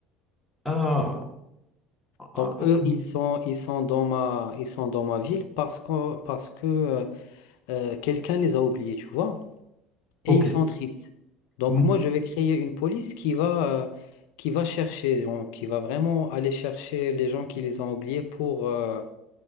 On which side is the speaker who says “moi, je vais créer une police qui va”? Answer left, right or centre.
Left